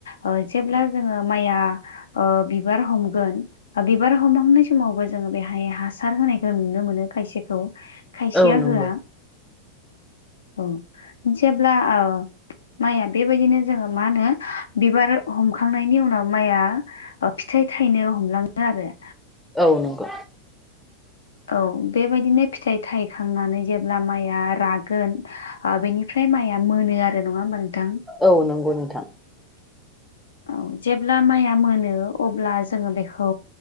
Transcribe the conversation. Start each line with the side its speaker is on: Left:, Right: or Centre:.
Left: ओ जेब्ला जोङो माइआ ओ बिबार हमगोन बिबार हमहांनाय समावबो जोङो बेहाय हासार होनायखौ नुनो मोनो खायसेखौ खायसेया
Centre: औ नंगौ नोंथां
Left: होआ औ जेब्ला औ माइआ बेबायदिनो जोङो मा होनो बिबार हमखांनायनि उनाव माइआ ओ फिथाइ थायनो हमलाङो आरो।
Centre: औ नंगौ।
Left: औ बेबायदिनो फिथाइ थाइखांनानै जेब्ला माइआ रागोन ओ बेनिफ्राय माइया मोनो आरो नङा होमबा नोंथां?
Centre: औ नंगौ नोंथां।
Left: औ जेब्ला माइआ मोनो अब्ला जोङो बेखौ